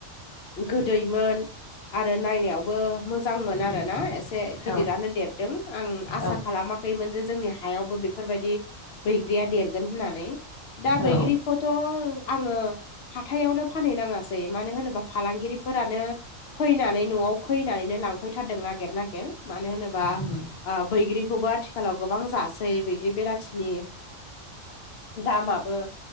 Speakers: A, on the left (about 65°); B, on the left (about 30°).
A: गोदैमोन आरो नायनायावबो मोजां मोन
B: उम
A: आरोना एसे गिदिरानो
B: औ
A: देरदों आं आसा
B: औ
A: खालामाखै खैमोन जे जोंनि हायावबो बेफोरबायदि बैग्रिया देरगोन होननानै दा
B: औ
A: बैग्रि खौथ' आङो हाथायावनो फानहैनाङासै मानो होनोबा फालांगिरिफोरानो फैनानै न'आव फैनानैनो लांफैथारदों नागेर नागेर मानो होनोबा
B: उम
A: ओ बैग्रिखौबो आथिखालाव गोबां जासै बैग्रि बेलाथिनि दामाबो